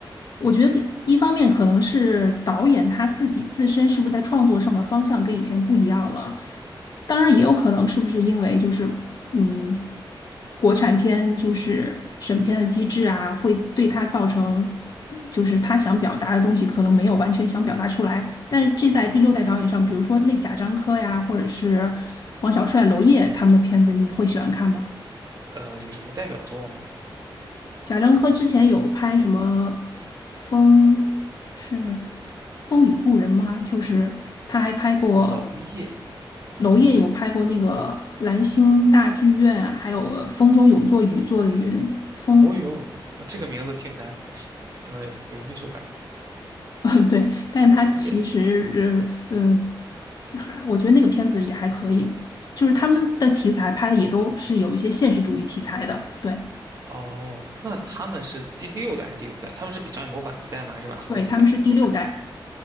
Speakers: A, on the left (about 50°); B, on the right (about 45°).
A: 我觉得一方面可能是导演他自己自身是不是在创作上的方向跟以前不一样了，当然也有可能是不是因为就是嗯，国产片就是审片的机制啊，会对他造成就是他想表达的东西可能没有完全想表达出来，但是这在第六代导演上，比如说那贾樟柯呀，或者是王小帅、娄烨他们的片子，你会喜欢看吗？
B: 呃，有什么代表作吗？
A: 贾樟柯之前有拍什么风是《风雨故人》吗？就是他还拍过
B: 娄烨哦，
A: 娄烨有拍过那个蓝星大剧院，啊还有呃风中有座雨做的云》风，
B: 哦哟，这个名字听起来非常的有艺术感。
A: <laughs> 对，但是他其实呃呃，
B: 娄烨
A: 就还我觉得那个片子也还可以，就是他们的题材拍的也都是有一些现实主义题材的，对
B: 哦，那他们是第六代还是第五代？他们是比张艺谋晚一代吗？还是晚好几代？
A: 对，他们是第六代，